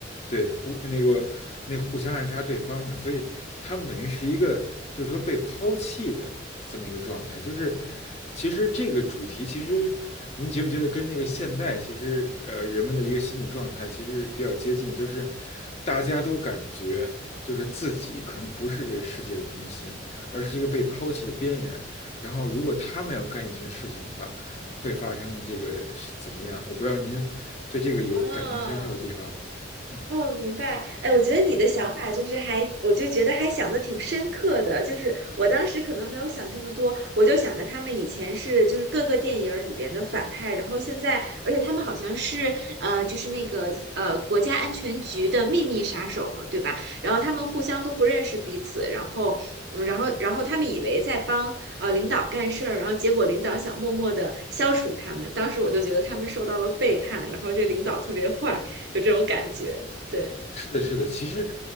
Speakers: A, on the left; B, on the right.
A: 对，互那个那互相暗杀对方的，所以他们等于是一个就是说被抛弃的这么一个状态。就是其实这个主题，其实您觉不觉得跟那个现代其实呃人们的一个心理状态其实比较接近的，就是大家都感觉就是自己可能不是这个世界的中心，而是一个被抛弃的边缘。然后如果他们要干一件事情的话，会发生这个是怎么样？我不知道您对这个有感同身受的地方吗
B: 哦。
A: 嗯
B: 哦，明白。哎，我觉得你的想法就是还，我就觉得还想的挺深刻的。就是我当时可能没有想这么多，我就想着他们以前是就是各个电影儿里边的反派，然后现在，而且他们好像是呃，就是那个呃国家安全局的秘密杀手嘛，对吧？然后他们互相都不认识彼此，然后嗯，然后然后他们以为在帮呃领导干事儿，然后结果领导想默默的消除他们。当时我就觉得他们受到了背叛，然后这领导特别坏，有这种感觉。对，
A: 是的，是的。其实，